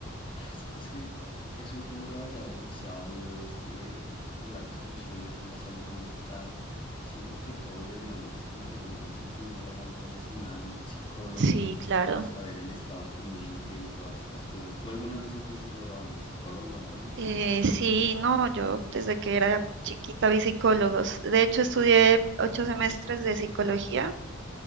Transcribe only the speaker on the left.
ah, es es que es un tema, la verdad, demasiado duro esto de, de controlar las emociones y la salud mental. Siento que todos deberíamos, como alguna vez en su vida, ver a un profesional, psicólogo,
para saber el estado de tu mente y todas estas cosas. ¿Tú alguna vez has visto a un psicólogo o algo así?